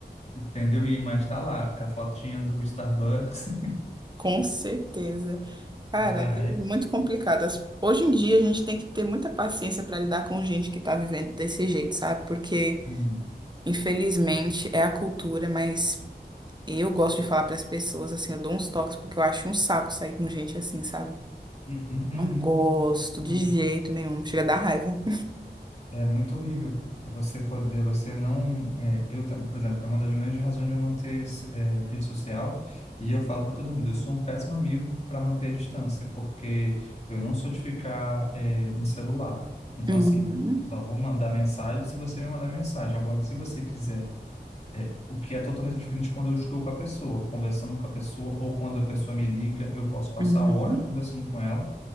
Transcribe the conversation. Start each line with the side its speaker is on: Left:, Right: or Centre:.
Left: entendeu? E mas tá lá, com a fotinha do Starbucks. <laughs>
Right: Com certeza. Cara,
Left: Cara,
Right: é
Left: é.
Right: muito complicado. As- Hoje em dia a gente tem que ter muita paciência para lidar com gente que tá vivendo desse jeito, sabe? Porque,
Left: Uhum,
Right: infelizmente, é a cultura, mas eu gosto de falar para as pessoas assim, eu dou uns toques porque eu acho um saco sair com gente assim, sabe?
Left: uhum, uhum.
Right: Não gosto
Left: uhum.
Right: de jeito nenhum, chega a dar raiva.
Left: É muito horrível você poder, você não, é, eu, ta- por exemplo, é uma das grandes razões de eu não ter é, rede social, e eu falo para todo mundo, eu sou um péssimo amigo para manter a distância, porque eu não sou de ficar é, em celular. Então,
Right: Uhum,
Left: assim, eu só vou mandar mensagem se você me mandar mensagem. Agora, se você quiser, é, o que é totalmente diferente quando eu estou com a pessoa, conversando com a pessoa, ou quando a pessoa me liga, eu posso passar
Right: uhum,
Left: horas conversando com ela,